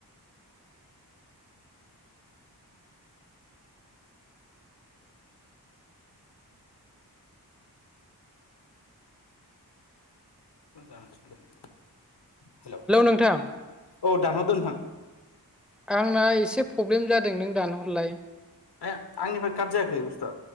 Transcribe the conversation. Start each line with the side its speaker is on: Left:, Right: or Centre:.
Left: मा जागासिनो नोंलाय? हेलौ
Centre: नोंथां
Left: औ दानहरदो नोंथां
Centre: आंना एसे प्रब्लेम जादों नों दानहरलाय
Left: आया आंनिफ्राय काट जायाखै बुस्थुआ